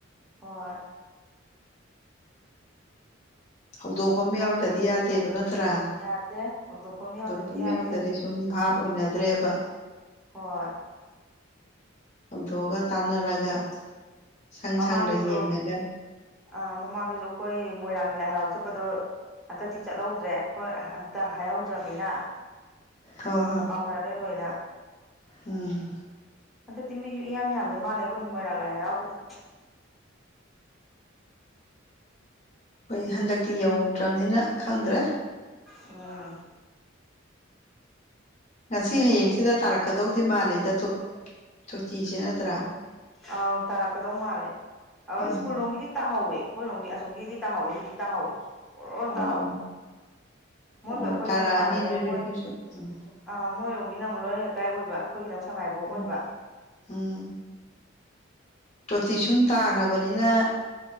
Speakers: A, in the centre; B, on the left.
A: ꯍꯣꯏ
B: ꯍꯧꯗꯣꯛꯐꯝ ꯌꯥꯎꯗꯗꯤ ꯌꯥꯗꯦꯕ ꯅꯠꯇ꯭ꯔꯥ
A: ꯌꯥꯗꯦ ꯍꯧꯗꯣꯛꯄ ꯑꯃ
B: ꯍꯧꯗꯣꯛꯐꯝ
A: ꯌꯥꯎꯗ꯭ꯔꯗꯤ ꯌꯥꯗꯦ
B: ꯌꯥꯎꯗꯗꯤ ꯁꯨꯝ ꯚꯥꯞ ꯑꯣꯏꯅꯗ꯭ꯔꯦꯕ
A: ꯍꯣꯏ
B: ꯍꯧꯗꯣꯛꯑꯒ ꯇꯥꯟꯅꯔꯒ ꯁꯪ
A: ꯃꯃꯥꯡꯥꯡꯗꯁꯨ
B: ꯁꯪꯗ ꯌꯦꯡꯉꯒ
A: ꯑ ꯃꯃꯥꯡꯗꯁꯨ ꯑꯩꯈꯣꯏ ꯃꯣꯏꯔꯥꯡꯒꯤ ꯂꯥꯏ ꯍꯔꯥꯎ ꯆꯠꯄꯗꯣ ꯍꯟꯗꯛꯇꯤ ꯆꯠꯍꯧꯗ꯭ꯔꯦ ꯍꯣꯏ ꯑꯃ ꯇ ꯍꯥꯏꯍꯧꯗ꯭ꯔꯃꯤꯅ
B: ꯍ ꯍꯣꯏ
A: ꯀꯥꯎꯅꯥꯔꯦ ꯂꯣꯏꯅ
B: ꯎꯝ
A: ꯍꯟꯗꯛꯇꯤ ꯃꯤꯁꯨ ꯏꯌꯥꯝ ꯌꯥꯝꯗ ꯃꯥꯜꯂꯦ ꯑꯩꯈꯣꯏ ꯃꯣꯏꯔꯥꯡ ꯂꯥꯏ ꯍꯔꯥꯎꯕꯗꯣ
B: ꯑꯩꯈꯣꯏ ꯍꯟꯗꯛꯇꯤ ꯌꯧꯗ꯭ꯔꯕꯅꯤꯅ ꯈꯪꯗ꯭ꯔꯦ
A: ꯎꯝ
B: ꯉꯁꯤ ꯍꯌꯦꯡꯁꯤꯗ ꯇꯥꯔꯛꯀꯗꯧꯗꯤ ꯃꯥꯜꯂꯤꯗ ꯇꯣꯇꯤꯁꯦ ꯅꯠꯇ꯭ꯔꯥ
A: ꯑꯥꯎ ꯇꯥꯔꯛꯀꯗꯧ ꯃꯥꯜꯂꯦ
B: ꯎꯝ
A: ꯁ꯭ꯀꯨꯜ ꯂꯣꯝꯒꯤꯗꯤ ꯇꯥꯍꯧꯋꯦ ꯑꯩꯈꯣꯏ ꯂꯣꯝꯒꯤ ꯑꯁꯣꯝꯒꯤꯗꯤ ꯇꯥꯍꯧꯋꯦ ꯍꯧꯗꯤ ꯇꯥꯍꯧꯋꯦ ꯄꯨꯔꯣꯔ
B: ꯑꯣ
A: ꯇꯥꯍꯧꯋꯤ ꯃꯣꯏꯒ
B: ꯑꯣ
A: ꯑꯩꯈꯣꯏꯒ
B: ꯇꯥꯔꯛꯑꯅꯤ
A: ꯑꯃꯨꯛ ꯃꯥꯟꯅꯗꯕ
B: ꯑꯗꯨꯗꯤ
A: ꯃꯣꯏ
B: ꯑꯩꯈꯣꯏꯁꯨ ꯎꯝ
A: ꯑ ꯃꯣꯏꯔꯣꯝꯒꯤꯅ ꯑꯃꯨꯛ ꯂꯣꯏꯔ ꯂꯩꯀꯥꯏ ꯑꯣꯏꯕ ꯑꯩꯈꯣꯏꯒꯤꯅ ꯑꯃ ꯁꯉꯥꯏꯐꯧ ꯑꯣꯏꯕ
B: ꯎꯝ ꯎꯝ ꯇꯣꯇꯤ ꯁꯨꯝ ꯇꯥꯈ꯭ꯔꯕꯅꯤꯅ